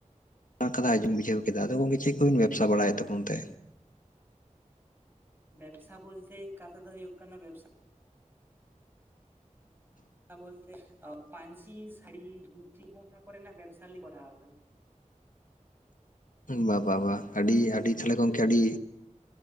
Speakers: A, on the left; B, on the right.
A: ᱠᱟᱫᱟ, ᱟᱸᱡᱚᱢ ᱵᱩᱡᱷᱟᱹᱣ ᱠᱮᱫᱟ ᱟᱫᱚ ᱜᱚᱝᱠᱮ ᱪᱮᱫ ᱠᱚᱵᱤᱱ ᱵᱮᱵᱽᱥᱟ ᱵᱟᱲᱟᱭᱮᱫ ᱛᱟᱵᱚᱱ ᱛᱮ
B: ᱵᱮᱵᱽᱥᱟ ᱵᱚᱞᱛᱮ ᱠᱟᱛᱷᱟ ᱫᱚ ᱦᱩᱭᱩᱜ ᱠᱟᱱᱟ ᱵᱮᱵᱽᱥᱟ ᱚ ᱵᱚᱞᱛᱮ ᱯᱟᱧᱪᱤ ᱥᱟᱹᱲᱤ ᱫᱷᱩᱛᱤ ᱦᱚᱸ ᱠᱚᱨᱮᱱᱟᱜ ᱵᱮᱵᱥᱟ ᱞᱤᱧ ᱠᱚᱨᱟᱣ ᱮᱫᱟ
A: ᱵᱟ ᱵᱟ ᱵᱟ ᱟᱹᱰᱤ ᱟᱹᱰᱤ ᱛᱟᱦᱞᱮ ᱜᱚᱝᱠᱮ ᱟᱹᱰᱤ